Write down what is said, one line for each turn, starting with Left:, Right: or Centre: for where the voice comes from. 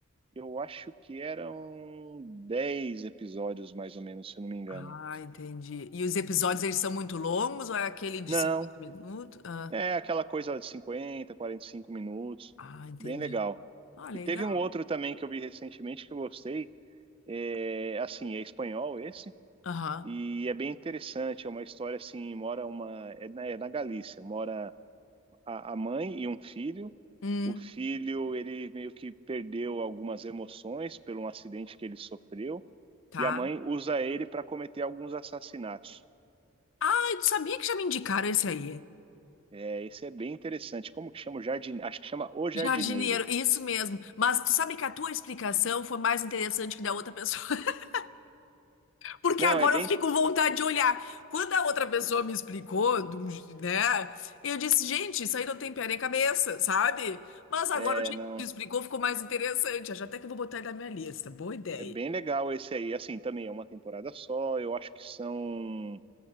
Right: Eu acho que eram 10 episódios, mais ou menos, se eu não me engano.
Left: Ah, entendi. E os episódios, eles são muito longos ou é aquele de
Right: Não,
Left: 50 minutos? Ah,
Right: é aquela coisa de cinquenta, quarenta e cinco minutos.
Left: ah, entendi.
Right: Bem legal.
Left: Ah, legal.
Right: E teve um outro também que eu vi recentemente que eu gostei. É, assim, é espanhol esse.
Left: Aham.
Right: E é bem interessante. É uma história assim: mora uma. É na, é na Galícia. Mora a, a mãe e um filho.
Left: Hum,
Right: O filho, ele meio que perdeu algumas emoções por um acidente que ele sofreu.
Left: tá.
Right: E a mãe usa ele para cometer alguns assassinatos.
Left: Ah, tu sabia que já me indicaram esse aí?
Right: É, esse é bem interessante. Como que chama o jardineiro? Acho que chama O Jardineiro.
Left: Jardineiro, isso mesmo. Mas tu sabe que a tua explicação foi mais interessante que da outra pessoa, <laughs> porque
Right: Não,
Left: agora
Right: é bem.
Left: eu fiquei com vontade de olhar. Quando a outra pessoa me explicou, de um je- né? Eu disse, gente, isso aí não tem pé nem cabeça, sabe? Mas agora
Right: É,
Left: o jeito
Right: não.
Left: que tu explicou ficou mais interessante. Acho até que eu vou botar ele na minha lista. Boa ideia.
Right: É bem legal esse aí. Assim, também é uma temporada só. Eu acho que são